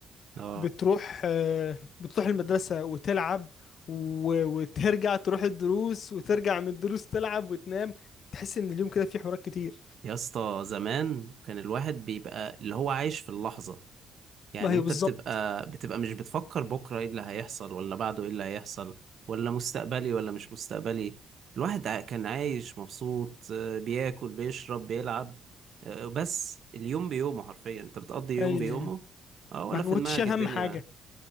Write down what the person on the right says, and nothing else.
اه
يا اسطى زمان كان الواحد بيبقى اللي هو عايش في اللحظه يعني
انت
بتبقى بتبقى مش بتفكر بكرة ايه اللي هيحصل ولا بعده ايه اللي هيحصل ولا مستقبلي ولا مش مستقبلي الواحد ع- كان عايش مبسوط آه، بياكل بيشرب بيلعب آه، بس اليوم بيومه حرفيا انت بتقضي يوم
بيومه اه ولا
في دماغك
الدنيا